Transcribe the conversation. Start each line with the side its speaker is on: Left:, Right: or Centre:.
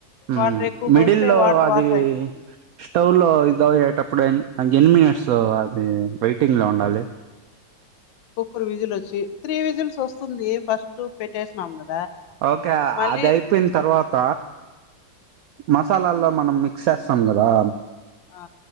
Right: హ్మ్
Left: వాటర్ ఎక్కువ
Right: మిడిల్
Left: పోస్తే
Right: లో
Left: వాటర్
Right: అది
Left: వాటర్ అయిపోతుంది
Right: స్టవ్ లో ఇదయ్యేటప్పుడు ఎన్ని మినిట్స్ అది వెయిటింగ్ లో ఉండాలి.
Left: కుక్కరు విజిల్ వచ్చి త్రీ విజిల్స్ వస్తుంది ఫస్ట్ పెట్టేసినాం కదా
Right: ఓకే
Left: మళ్ళీ
Right: అది అయిపోయిన్ తర్వాత మసాలల్లో మనం మిక్స్ చేస్తాం కదా
Left: ఆ